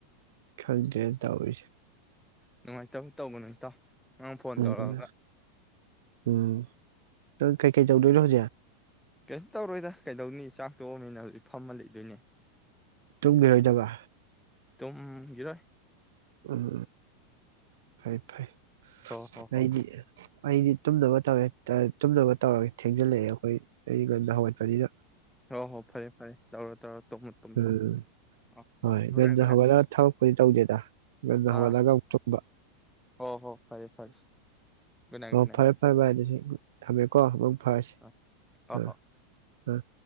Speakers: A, on the right (about 75°); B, in the centre.
A: ꯈꯪꯗꯦ ꯇꯧꯔꯤꯁꯦ
B: ꯅꯨꯡꯉꯥꯏꯇꯕ ꯇꯧꯒꯥ ꯅꯨ ꯏꯇꯥꯎ ꯅꯡ ꯐꯣꯟ
A: ꯎꯝ
B: ꯇꯧꯔꯑꯒ
A: ꯎꯝ ꯅꯪ ꯀꯩꯀꯩ ꯇꯧꯗꯣꯏꯅꯣ ꯍꯧꯖꯤꯛ
B: ꯀꯩꯝꯇ ꯇꯧꯔꯣꯏꯗ ꯀꯩꯗꯧꯅꯤ ꯆꯥꯛ ꯇꯣꯛꯑꯃꯤꯅ ꯐꯝꯃ ꯂꯤꯗꯣꯏꯅꯦ
A: ꯇꯨꯝꯕꯤꯔꯣꯏꯗꯕ
B: ꯇꯝ ꯌꯦꯗ
A: ꯎꯝ ꯐꯩ ꯐꯩ
B: ꯍꯣ ꯍꯣ ꯍꯣꯏ
A: ꯑꯩꯗꯤ ꯑꯩꯗꯤ ꯇꯨꯝꯗꯕ ꯇꯧꯋꯦ ꯇꯨꯝꯅꯕ ꯇꯧꯔꯒ ꯊꯦꯡꯖꯤꯜꯂꯛꯑꯦ ꯑꯩꯈꯣꯏ ꯑꯩꯉꯥꯟꯅ ꯍꯧꯒꯠꯄꯅꯤꯅ
B: ꯍꯣ ꯍꯣ ꯐꯔꯦ ꯐꯔꯦ ꯇꯧꯔꯣ ꯇꯧꯔꯣ ꯇꯨꯝꯃꯨ ꯇꯨꯝꯊꯣꯛꯑꯣ
A: ꯎꯝ
B: ꯐꯔꯦ
A: ꯍꯣꯏ
B: ꯒꯨꯠ
A: ꯉꯥꯟꯅ
B: ꯅꯥꯏꯠ ꯒꯨꯠ
A: ꯍꯧꯒꯠꯂꯒ
B: ꯅꯥꯏꯠ
A: ꯊꯕꯛꯄꯨꯗꯤ ꯇꯧꯗꯦꯗ ꯉꯥꯟꯅ ꯍꯧꯒꯠꯂꯒ
B: ꯑꯥ
A: ꯑꯃꯨꯛ ꯇꯨꯝꯕ
B: ꯍꯣ ꯍꯣ ꯐꯔꯦ ꯐꯔꯦ ꯒꯨꯠ ꯅꯥꯏꯠ
A: ꯑꯣ
B: ꯒꯨꯠ ꯅꯥꯏꯠ
A: ꯐꯔꯦ
B: ꯒꯨꯠ
A: ꯐꯔꯦ ꯐꯚꯥꯏ ꯑꯗꯨꯗꯤ ꯊꯝꯃꯦꯀꯣ ꯃꯪ ꯐꯔꯁꯤ
B: ꯑꯥ ꯍꯣ
A: ꯎꯝ
B: ꯍꯣ
A: ꯎꯝ